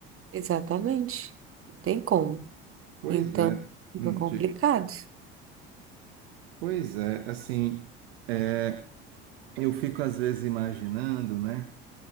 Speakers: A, on the right; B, on the right.
A: Exatamente. Não tem como.
B: Pois
A: Então,
B: é,
A: fica
B: Hum,
A: complicado.
B: de- pois é, assim. é, eu fico às vezes imaginando, né?